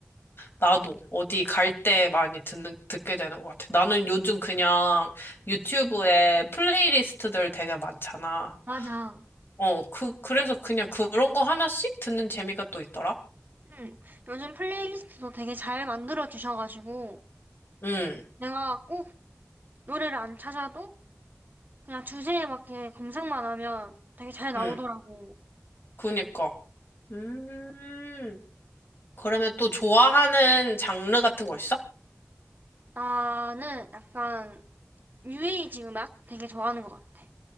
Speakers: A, on the left; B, on the right.
A: 나도 어디 갈 때 많이 듣는, 듣게 되는 것 같아. 나는 요즘 그냥 유튜브에 플레이리스트들 되게 많잖아.
B: 맞아
A: 어, 그, 그래서 그냥 그런 거 하나씩 듣는 재미가 또 있더라.
B: 응 요즘 플레이리스트도 되게 잘 만들어 주셔가지고
A: 응,
B: 내가 꼭 노래를 안 찾아도 그냥 주제에 맞게 검색만 하면 되게 잘 나오더라고
A: 응, 그니까. 음, 그러면 또 좋아하는 장르 같은 거 있어?
B: 나는 약간 뉴에이지 음악 되게 좋아하는 것 같아